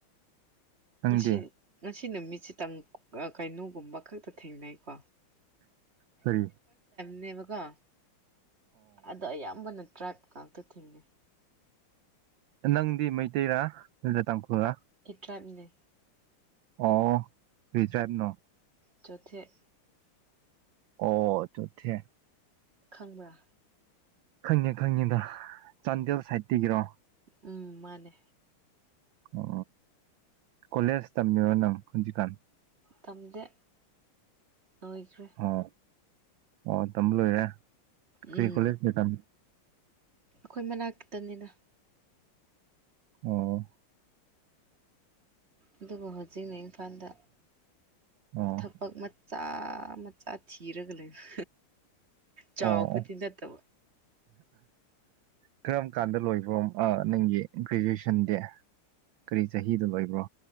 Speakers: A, on the right; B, on the right.
A: ꯅꯪꯗꯤ
B: ꯉꯁꯤ ꯉꯁꯤ ꯁꯤ ꯅꯨꯃꯤꯠꯁꯤꯇꯪ ꯀꯩꯅꯣꯒꯨꯝꯕ ꯈꯛꯇ ꯊꯦꯡꯅꯩꯀꯣ
A: ꯐꯔꯤ
B: ꯅꯦꯕꯒ ꯑꯗꯣ ꯑꯌꯥꯝꯕꯅ ꯇ꯭ꯔꯥꯏꯞ ꯉꯥꯛꯇ ꯊꯦꯡꯅꯩ
A: ꯅꯪꯗꯤ ꯃꯩꯇꯩꯔꯥ ꯅ ꯇꯥꯡꯈꯨꯣꯔꯥ
B: ꯇ꯭ꯔꯥꯅꯦ
A: ꯑꯣ ꯔꯤꯖ꯭ꯔꯥꯏꯕꯅ
B: ꯆꯣꯊꯠ
A: ꯑꯣ ꯆꯣꯊꯦ
B: ꯈꯪꯕ꯭ꯔꯥ
A: ꯈꯪꯉꯦ ꯈꯪꯉꯦꯗ ꯆꯥꯟꯗꯦꯜ ꯁꯥꯏꯠꯇꯒꯤꯔꯣ
B: ꯎꯝ ꯃꯥꯅꯦ
A: ꯎ ꯀꯣꯂꯦꯖ ꯇꯝꯃꯤꯔꯣ ꯅꯪ ꯍꯧꯟꯖꯤꯀꯥꯟ
B: ꯇꯝꯗꯦ ꯅꯣꯏꯈ꯭ꯔꯦ
A: ꯑꯣ ꯑꯣ ꯇꯝꯕ ꯂꯣꯏꯔꯦ
B: ꯎꯝ
A: ꯀꯩ ꯀꯣꯂꯦꯖ ꯅꯇꯥꯝ
B: ꯑꯩꯈꯣꯏ ꯃꯅꯥꯛ ꯇꯅꯤꯅ
A: ꯑꯣ
B: ꯑꯗꯨꯕꯨ ꯍꯧꯖꯤꯛꯅ ꯏꯝꯐꯥꯜꯗ
A: ꯑꯣ
B: ꯊꯕꯛ ꯃꯆꯥ ꯑ ꯃꯆꯥ ꯊꯤꯔꯒ ꯂꯩꯕ ꯆꯥꯎꯕꯗꯤ
A: ꯑꯣ
B: ꯅꯠꯇꯕ
A: ꯀꯔꯝ ꯀꯥꯟꯗ ꯂꯣꯏꯕ꯭ꯔꯣ ꯅꯪꯒꯤ ꯒ꯭ꯔꯦꯖꯨꯑꯦꯁꯟꯗꯤ ꯀꯔꯤ ꯆꯍꯤꯗꯣ ꯂꯣꯏꯕ꯭ꯔꯣ